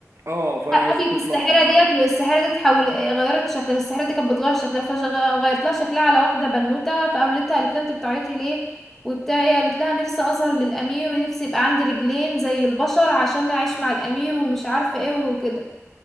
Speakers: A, on the right; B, in the centre.
A: اه فهي عايزة
B: قفلت
A: تطلع
B: الساحرة ديت
A: آه،
B: والساحرة دي تحول إيه، غيرت شكل الساحرة دي كانت بتغير شكلها فغيرت لها شكلها على واحدة بنوتة فقابلتها قالت لها انت بتعيطي ليه وبتاع إيه، قالت لها نفسي اظهر للامير ونفسي يبقى عندي رجلين زي البشر عشان اعيش مع الامير ومش عارفة ايه وكده